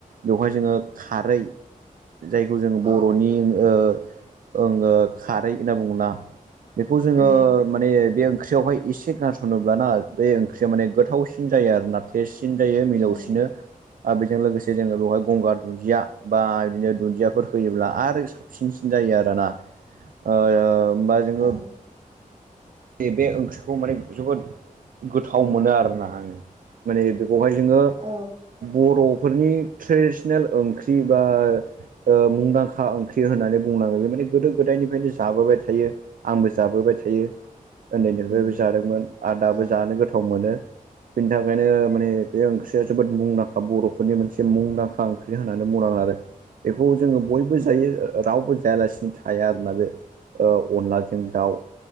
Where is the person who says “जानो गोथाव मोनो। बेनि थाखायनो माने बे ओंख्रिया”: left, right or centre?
Right